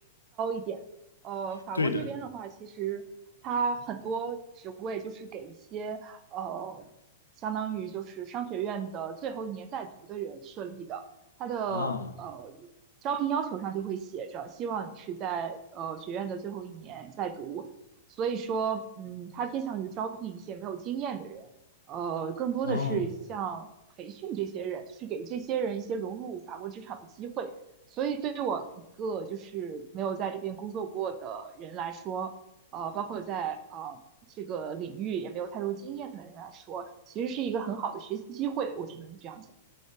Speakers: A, on the right (about 35°); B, on the left (about 80°).
A: 点呃，法国这边的话，
B: 对的，
A: 其实它很多职位就是给一些呃，相当于就是商学院的最后一年在读的人设立的，它的呃招聘要求上就会写着，
B: 啊，
A: 希望你是在呃学院的最后一年在读，所以说，嗯，它偏向于招聘一些没有经验的人，呃，更多的是像培训这些人，
B: 哦。
A: 就是给这些人一些融入法国职场的机会。所以对于我一个就是没有在这边工作过的人来说，呃，包括在呃这个领域也没有太多经验的人来说，其实是一个很好的学习机会，我只能这样讲。